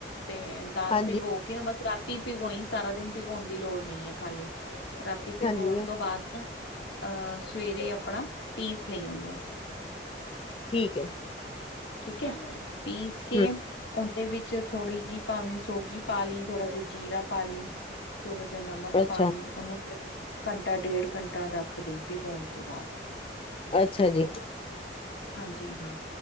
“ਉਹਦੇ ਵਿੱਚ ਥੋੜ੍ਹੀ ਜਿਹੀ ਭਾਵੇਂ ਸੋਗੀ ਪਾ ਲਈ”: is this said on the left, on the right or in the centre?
Left